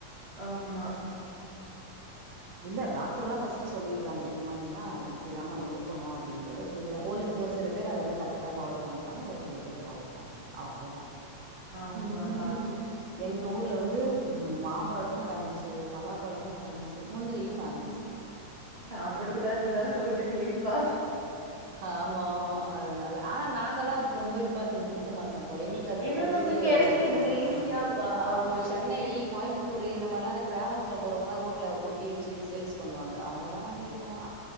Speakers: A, on the right; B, on the right.
A: ஆமா
B: இல்ல டாக்டர் எல்லாம் ஃபர்ஸ்ட் சொல்லிடுறாங்க இந்த மாதிரினா இப்படிதாம்மா இருக்கணும் அப்படின்றத சொல்லறாங்க ஒரு ஒரு சில பேர் அதை வந்து கரெக்ட்டா ஃபாலோ பண்றாங்க ஒரு சில பேர் ஃபாலோ பண்ணல அவ்ளோ தான்
A: ஆமாப்பா.
B: அந்த மாதிரி இருக்கும் எங்க ஊர் வந்து மாம்பழமும் பேமஸ் பலா பழமும் பேமஸ் முந்திரியும் ஃபேமஸ்
A: சாப்பிட கூடாதுதான் சொல்றீங்களே பா
B: ஆமா ஆமா அதனால ஆனா நாங்க ஈல்லாம் அதுக்கு ரொம்ப இம்பார்ட்டன் கொடுக்க மாட் டோம் எங்களுக்கு அது
A: ஏன்னா
B: ஒரு
A: வந்து
B: பெரிய
A: கெடைக்குது
B: விஷயமா இருக்கு
A: ஈஸியாப்பா
B: ஆமா
A: உங்களுக்கு.
B: சென்னை கோயம்புத்தூர் இந்த மாரிலாம் டிராவல்ஸ்ல போறவங்க எல்லாம் ரோட்ல பொட்டி வச்சு சேல்ஸ் பண்ணுவாங்க அங்க தான் வாங்கிட்டு போவோம்